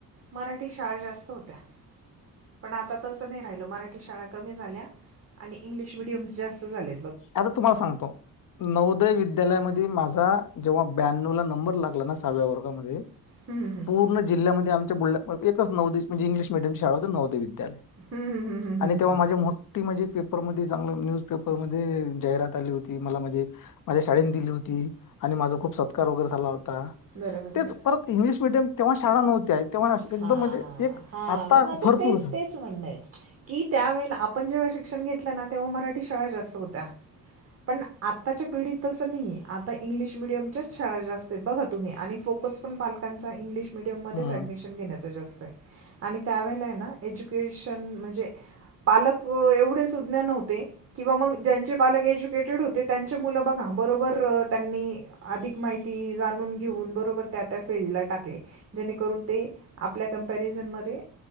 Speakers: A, on the right; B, on the left.
A: मराठी शाळा जास्त होत्या पण आता तस नाही राहिल मराठी शाळा कमी झाल्या आणि इंगलिश मिडियम जास्त झाले
B: आता तुम्हाला सांगतो नवोदय विद्यालयामध्ये माझा जेव्हा ब्या्णव ला नंबर लागला ना सहाव्या वर्गामध्ये
A: हम्म, हम्म,
B: पूर्ण जिल्ह्यामध्ये आमच्या बुलढाणा मध्ये एकच नवोदय म्हणजे इंग्लिश मीडियम शाळा होती नवोदय विद्यालय
A: हम्म, हम्म, हम्म, हम्म,
B: आणि
A: हम्म.
B: तेव्हा माझी मोठी म्हणजे पेपरमध्ये चांगलं न्यूजपेपरमध्ये जाहिरात आली होती मला म्हणजे माझ्या शाळे दिली होती आणि माझा खूप सत्कार वगैरे झाला होता
A: बरं बरं
B: तेच
A: बरं
B: परत इंग्लिश मिीडियम तेव्हा शाळा नव्हत्या तेव्हा एकदम
A: हा
B: म्हणजे एक
A: हा
B: आता
A: मग माझं
B: भरपूर
A: तेच
B: झा
A: तेच म्हणणंय कि त्यावेेळेला आपण जेव्हा शिक्षण घेतलं ना तेव्हा मराठी शाळा जास्त होत्या पण आताच्या पिढीत तस नाही आता इंग्लिश मिडियमच्या शाळा जास्त बघा तुम्ही आणि फोकस पण पालकांच्या इंग्लिश मिडियमध्येच
B: हम्म.
A: अडमिशन आणि त्या वेळेला ये ना एज्युकेशन म्हणजे पालक एवढे सुज्ञान नव्हते किंवा मग त्यांचे पालक एज्युकेटेड होते त्यांची मुलं बघा बरोबर त्यांनी अधिक माहिती जाणून घेऊन बरोबर त्या त्या फिडला टाकले जेणेकरून ते आपल्या कंपॅरिझनमध्ये